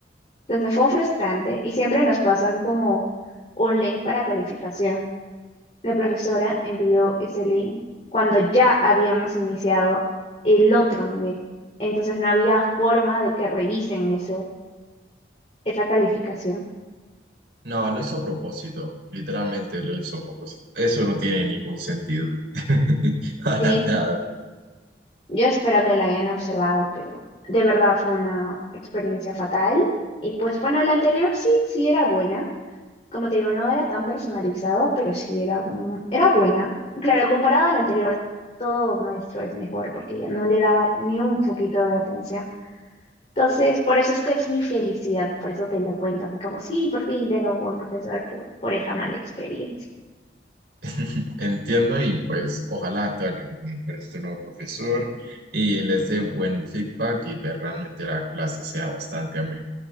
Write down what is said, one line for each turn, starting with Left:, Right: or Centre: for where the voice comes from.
Left: Entonces fue frustrante y siempre nos pasan como un link para calificación. La profesora envió ese link cuando ya habíamos iniciado el otro nivel. Entonces no había forma de que revisen ese, esa calificación.
Right: No, lo hizo a propósito. Literalmente lo hizo a propósito. Eso no tiene ningún sentido. <laughs> Para
Left: Sí,
Right: nada.
Left: Yo espero que la hayan observado, pero de verdad fue una experiencia fatal. Y pues bueno, la anterior sí, sí era buena. Como te digo, no era tan personalizado, pero sí era, mm, era buena. Claro, comparada a la anterior, todo maestro es mejor porque ya no le daba ni un poquito de atención. Entonces, por eso es que es mi felicidad, por eso te lo cuento, así como, sí, por fin tengo un buen profesor por, por esa mala experiencia.
Right: <laughs> Entiendo y pues ojalá te vaya muy bien con este nuevo profesor y les dé buen feedback y pues realmente la clase sea bastante amena.